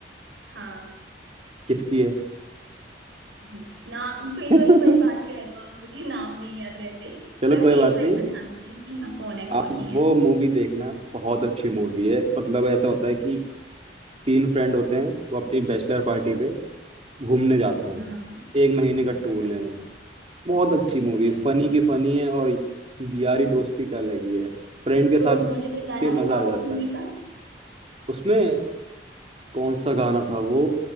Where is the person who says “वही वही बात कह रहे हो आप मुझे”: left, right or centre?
Right